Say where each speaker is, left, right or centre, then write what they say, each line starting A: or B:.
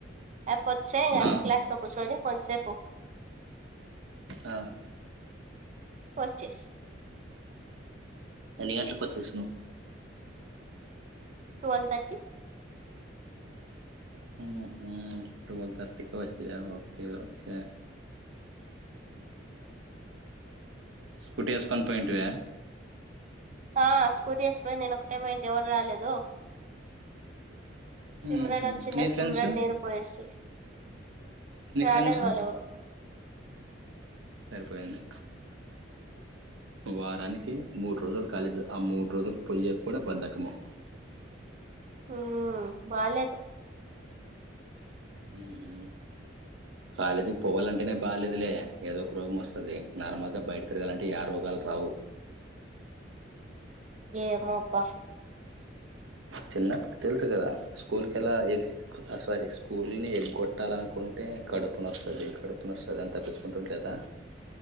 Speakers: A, on the right; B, on the right.
A: రెప్ ఓచ్చేయ్ <unintelligible>
B: ఆ
A: క్లాస్ లో కూర్చొని కొంసేపు
B: ఆ
A: వచ్చేస్
B: ఎన్ని గంట్లకి వచ్చేసినవ్
A: ట్వవల్ తర్టీ
B: ఊహు ఉ ట్వల్వ్ థర్టీకి వస్తాయ ఓకే ఓకే స్కూటీ యేస్కొని పోయింటివ
A: ఆ స్కూటీ ఏసిపోయి నేను ఒకటే పోయింటి ఎవరు రాలేదు సిమ్రన్
B: ఉహు
A: వచ్చిండే
B: నీ
A: సిమ్రన్
B: ఫ్రెండ్స్
A: నేను పోయేస్తి
B: నీ
A: రాలేదు
B: ఫ్రెండ్స్
A: వాళ్ళెవరు
B: సరిపోయింది వారానికి మూడు రోజులు కాలేజీ ఆ మూడు రోజులు పోయ్య కూడా బంధకము
A: ఊ బాలేదు
B: ఊహు కాలేజీకి పోవాలంటేనే బాగాలేదులే ఏదో ఒక రోగం వస్తది నార్మల్గా బయట తిరగాలంటే యా రోగాలు రావు
A: ఏమోప్ప
B: చిన్నప్పుడు తెలుసు కదా స్కూల్కి ఎలా ఏస్ ఆ సారీ స్కూల్ని ఎగ్గొట్టాలనుకుంటే కడుపు నొస్తది కడుపు నోస్తది అని తపించుకుంటుంటెలేదా